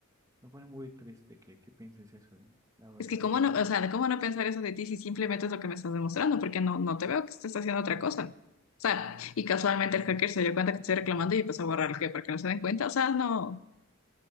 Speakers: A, on the right (about 15°); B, on the left (about 80°).
A: me pone muy triste que, que pienses eso de mí. La verdad,
B: Es que cómo no, o sea, cómo no pensar eso de ti si simplemente es lo que me estás demostrando, porque no, no te veo que estés haciendo otra cosa. O sea, y casualmente el hacker se dio cuenta que te estoy reclamando y empezó a borrar el que para que no se den cuenta. O sea, no.